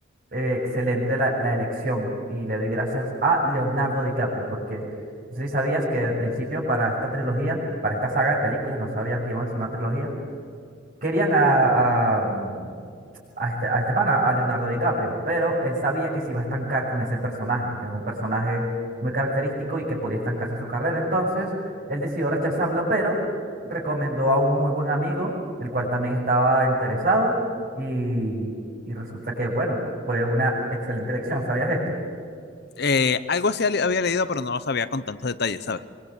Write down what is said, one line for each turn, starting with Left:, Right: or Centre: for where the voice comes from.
Right: eh, excelente la, la elección y le doy gracias a Leonardo DiCaprio, porque no sé si sabías que al principio para esta trilogía, para esta saga de películas, no sabían que iban a ser una trilogía, querían a, a, a este, a este pana, a Leonardo DiCaprio, pero él sabía que se iba a estancar con ese personaje, que es un personaje muy característico y que podía estancarse su carrera. Entonces, él decidió rechazarlo, pero recomendó a un muy buen amigo, el cual también estaba interesado, y, y resulta que, bueno, fue una excelente elección. ¿Sabías esto?
Left: Eh, algo así había leído, pero no lo sabía con tantos detalles, ¿sabes?